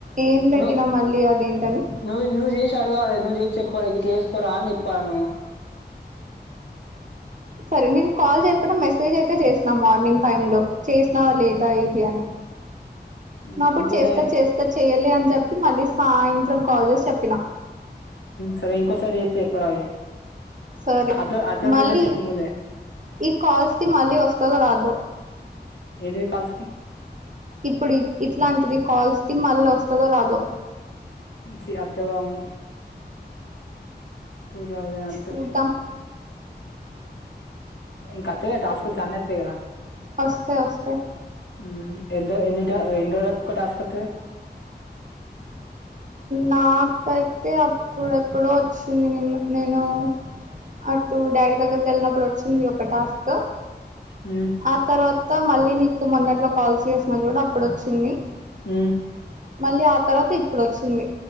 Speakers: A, on the right (about 45°); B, on the left (about 90°).
A: ఏం పెట్టినా
B: నువ్వె
A: మళ్ళీ అదేంటని
B: నువ్వు నువ్వు చేసి అడగాలి నువ్వు చేసి చెప్పాలి గిట్ల చేసుకోరా అని చెప్పాల నువ్వు
A: సరే నేను కాల్ చెప్పిన మెసేజ్ అయితే చేసినా మార్నింగ్ టైమ్ లో చేసినావా లేదా ఇది అని
B: మ్మ్
A: నాప్పుడు
B: ఇంకోసారి
A: చేస్తా చేస్తా చెయ్యాలి అని చెప్పి మళ్ళీ సాయంత్రం కాల్ చేసి చెప్పినా
B: సరే ఇంకోసారి చేత్తే చెప్పరాదు
A: సరే
B: అట్లా అట్లాంటి
A: మళ్ళీ
B: ఉంటే చెప్పుముందే
A: ఈ కాల్స్ తి మళ్ళీ వస్తదో రాదో.
B: ఏంటిది కాల్స్కి
A: ఇప్పుడీ ఇట్లాంటిది కాల్స్ది మళ్ళీ వస్తదో రాదో.
B: ఉం ఛి వత్తే బాగున్ను టూ తౌసండ్ ఒత్తు
A: చూద్దాం
B: ఇంకా అత్తాయి గదా టాస్కుల్ చాన్నే వత్తాయి గదా.
A: వస్తాయి వస్తాయి
B: ఊ ఎంతా ఎన్ని తా ఎన్ని రోజులకు ఒక టాస్క్ వత్తది.
A: నాకైతే అప్పుడెప్పుడో వచ్చింది నిన్న నేనూ అటూ డాడీ దగ్గరికి వెళ్ళినప్పుడు వచ్చింది ఒక టాస్క
B: మ్మ్
A: ఆ తర్వాత మళ్ళీ నీకు మొన్నట్లో కాల్ చేసిన చూడు అప్పుడొచ్చింది.
B: హ్మూ
A: మళ్ళీ ఆ తర్వాత ఇప్పుడొచ్చింది